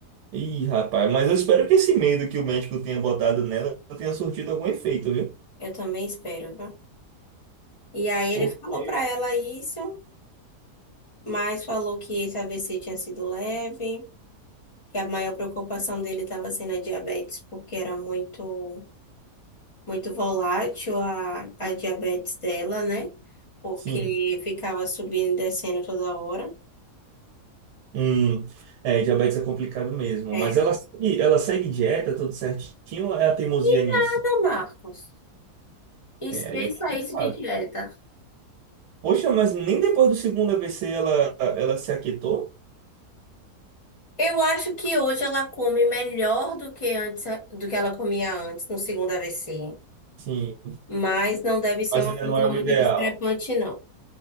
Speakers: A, on the right; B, on the left.
A: Ih, rapaz. Mas eu espero que esse medo que o médico tenha botado nela tenha surtido algum efeito, viu?
B: Eu também espero, viu? E aí,
A: Porque,
B: ele falou para ela isso. mas falou que esse AVC tinha sido leve, que a maior preocupação dele estava sendo a diabetes, porque era muito, muito volátil a, a diabetes dela, né? Porque
A: sim.
B: ficava subindo e descendo toda hora.
A: Hum, é, diabetes é complicado mesmo.
B: É.
A: Mas ela, segue- ela segue dieta, tudo certinho, ou é a teimosia
B: Que
A: nisso?
B: nada, Marcos. E
A: É,
B: se
A: aí é complicado.
B: saísse de dieta?
A: Poxa, mas nem depois do segundo AVC ela, ela se aquietou?
B: Eu acho que hoje ela come melhor do que antes, do que ela comia antes, no segundo AVC.
A: Sim.
B: Mas não deve ser
A: Mas
B: uma
A: ainda
B: coisa
A: não é
B: muito
A: o ideal.
B: discrepante, não.